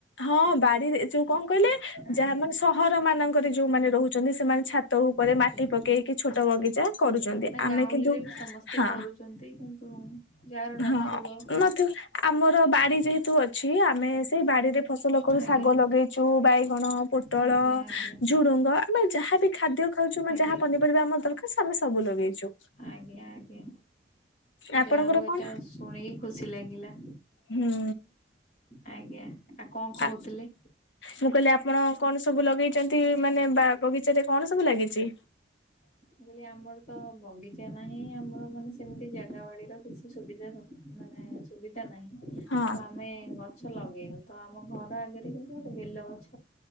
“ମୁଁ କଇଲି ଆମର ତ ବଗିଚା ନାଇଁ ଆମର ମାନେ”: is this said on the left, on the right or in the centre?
Left